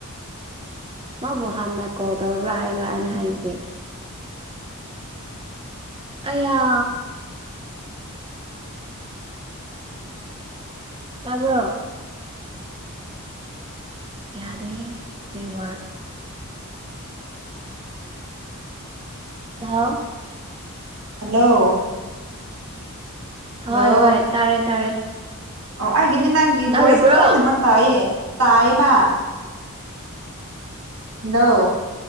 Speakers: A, on the right; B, on the right.
A: ꯃꯥꯕꯨ ꯍꯥꯟꯅ ꯀꯣꯜ ꯇꯧꯔꯕ꯭ꯔꯥ ꯍꯥꯏꯕ ꯑꯩꯅ ꯍꯥꯏꯕꯗꯤ ꯑꯩꯌꯥ ꯇꯥꯕ꯭ꯔꯣ ꯌꯥꯗꯦꯍꯦ ꯅꯦꯠꯋꯥꯛ ꯍꯥꯎ
B: ꯍꯜꯂꯣ ꯍꯜꯂꯣ
A: ꯍꯣꯏ ꯍꯣꯏ ꯇꯥꯔꯦ ꯇꯥꯔꯦ
B: ꯑꯣ ꯑꯩꯒꯤꯗꯤ ꯅꯪꯒꯤ
A: ꯇꯥꯗꯕ꯭ꯔꯣ
B: ꯚꯣꯏꯁ ꯂꯣꯏꯅꯃꯛ ꯇꯥꯏꯑꯦ ꯇꯥꯏꯑꯦꯕ ꯍꯜꯂꯣ